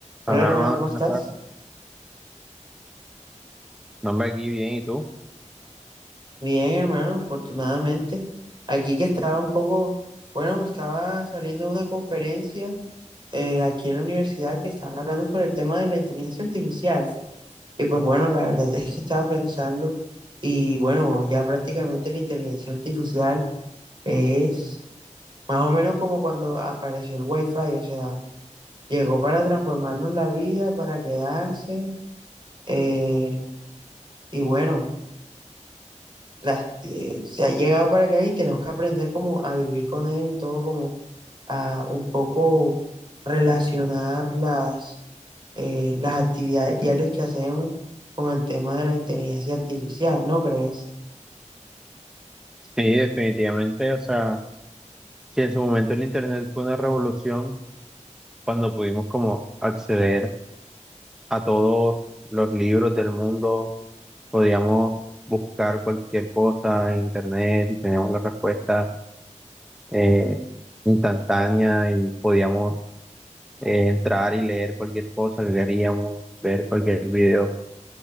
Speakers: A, in the centre; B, on the right.
A: Ajá,
B: Hola hermano,
A: hermano,
B: ¿cómo estás?
A: ¿cómo no, hombre, aquí bien, ¿y tú?
B: Bien hermano, afortunadamente. Aquí que estaba un poco, bueno, me estaba saliendo de una conferencia eh, aquí en la universidad que estaba hablando sobre el tema de la inteligencia artificial. Y pues bueno, la verdad es que estaba pensando y bueno, ya prácticamente la inteligencia artificial es más o menos como cuando apareció el Wi-Fi, o sea, llegó para transformarnos la vida, para quedarse eh, y bueno. las, eh, se ha llegado para acá y tenemos que aprender como a vivir con él y todo como a un poco relacionar las, eh, las actividades diarias que hacemos con el tema de la inteligencia artificial, ¿no crees?
A: Sí, definitivamente, o sea, si en su momento el Internet fue una revolución, cuando pudimos como acceder a todos los libros del mundo, podíamos buscar cualquier cosa en Internet y teníamos la respuesta eh, instantánea y podíamos eh, entrar y leer cualquier cosa, leeríamos, ver cualquier video.